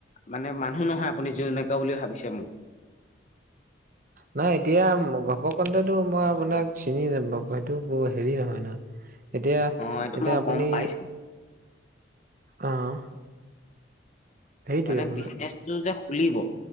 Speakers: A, on the left; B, on the right.
A: মানে মানুহ নহয় আপুনি যেনেকুৱা বুলি ভাবিছে মোক।
B: নাই এতিয়া ঘপকনটেতো মই আপোনাক চিনি নাপাওঁ, সেইটো হেৰি নহয় ন। এতিয়া-
A: অ এইটো
B: এতিয়া
A: মই
B: আপুনি,
A: গম পাইছো
B: অ'। সেইটোৱে
A: মানে
B: আপোনাৰ
A: বিজনেচটো যে খুলিব